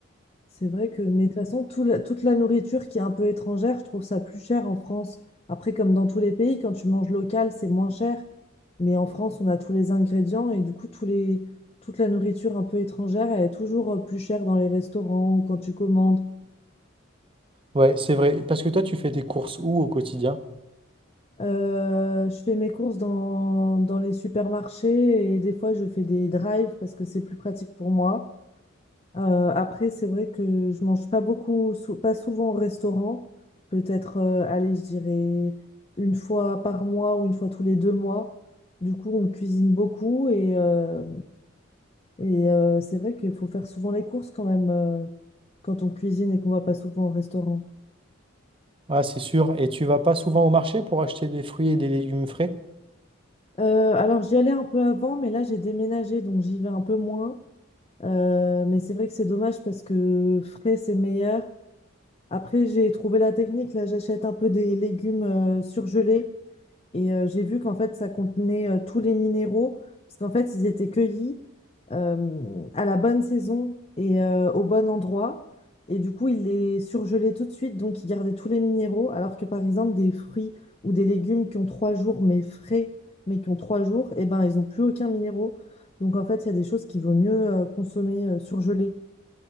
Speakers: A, on the left; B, on the right.
A: c'est vrai que, mais de toute façon, tout la- toute la nourriture qui est un peu étrangère, je trouve ça plus cher en France. Après, comme dans tous les pays, quand tu manges local, c'est moins cher. Mais en France, on a tous les ingrédients et du coup, tous les, toute la nourriture un peu étrangère, elle est toujours euh, plus chère dans les restaurants ou quand tu commandes.
B: Ouais, c'est vrai, parce que toi, tu fais tes courses où au quotidien?
A: Euh, je fais mes courses dans, dans les supermarchés et des fois je fais des drives parce que c'est plus pratique pour moi. Euh, après, c'est vrai que je mange pas beaucoup, sou- pas souvent au restaurant. Peut-être, euh, allez, je dirais une fois par mois ou une fois tous les deux mois. Du coup, on cuisine beaucoup et, euh, et euh, c'est vrai qu'il faut faire souvent les courses quand même euh, quand on cuisine et qu'on va pas souvent au restaurant.
B: Ah, c'est sûr, et tu vas pas souvent au marché pour acheter des fruits et des légumes frais?
A: Euh, alors, j'y allais un peu avant, mais là, j'ai déménagé donc j'y vais un peu moins. Euh, mais c'est vrai que c'est dommage parce que frais, c'est meilleur. Après, j'ai trouvé la technique. Là, j'achète un peu des légumes euh, surgelés. Et euh, j'ai vu qu'en fait, ça contenait euh, tous les minéraux, parce qu'en fait, ils étaient cueillis euh, à la bonne saison et euh, au bon endroit. Et du coup, ils les surgelaient tout de suite, donc ils gardaient tous les minéraux, alors que par exemple, des fruits ou des légumes qui ont trois jours, mais frais, mais qui ont trois jours, et ben, ils n'ont plus aucun minéraux. Donc en fait, il y a des choses qu'il vaut mieux euh, consommer euh, surgelées.